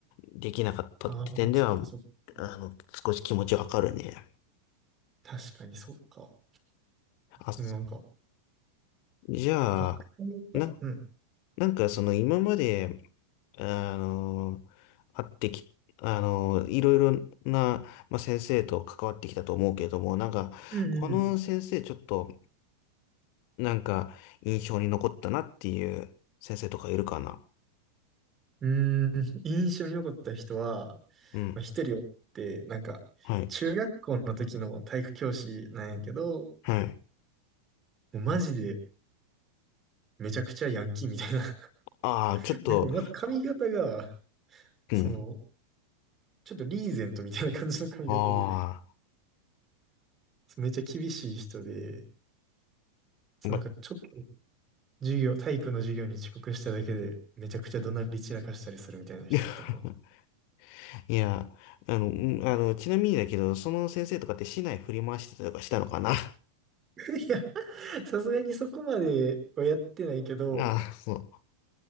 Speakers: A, on the left (about 45°); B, on the right (about 25°).
A: できなかったって点では、
B: ああ、そっかそっか。
A: あの、少し気持ちわかるね。
B: 確かにそっか。
A: あ、
B: でもなんか、
A: じゃあ、
B: 学祭か。
A: な、
B: うん。
A: なんかその今まで、あの、会ってき、あの、いろいろな、まあ、先生と関わってきたと思うけれども、なんか、
B: うんうん
A: この先生ちょっと、なんか、印象に残ったなっていう先生とかいるかな
B: うーん、<laughs> 印象に残った人は、
A: うん。
B: まあ一人おって、なんか、
A: はい。
B: 中学校の時の体育教師なんやけど、
A: はい。
B: もうマジでめちゃくちゃヤンキーみたいな。
A: ああ、
B: <laughs>
A: ちょっと、
B: なんかまず髪型が、
A: うん。
B: その、ちょっとリーゼントみたいな感じの髪型で、
A: あ
B: そうめっちゃ厳しい人で、そうなんかちょっと
A: あ、ま、
B: 授業、体育の授業に遅刻しただけで、めちゃくちゃ怒鳴り散らかしたりするみたいな人やったかな。
A: <laughs> いや、あの、うんあの、ちなみにだけど、その先生とかって市内振り回してたりとかしたのかな <laughs>
B: <laughs> いや、さすがにそこまではやってないけど、
A: ああ、そう。